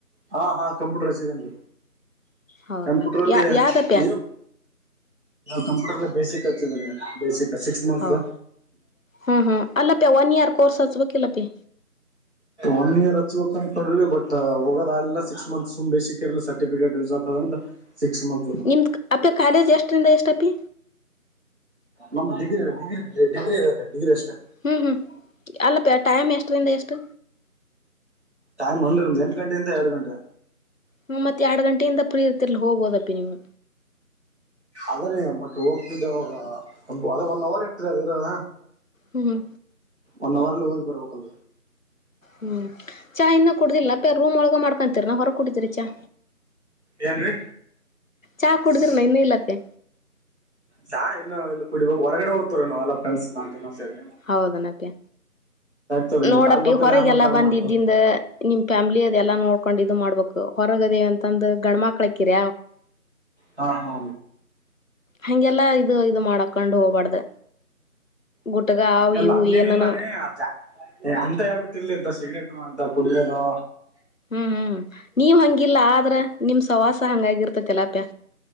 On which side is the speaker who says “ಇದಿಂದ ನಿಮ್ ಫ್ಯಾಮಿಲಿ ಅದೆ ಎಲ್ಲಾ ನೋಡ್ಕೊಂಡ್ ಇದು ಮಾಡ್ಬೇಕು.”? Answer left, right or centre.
Left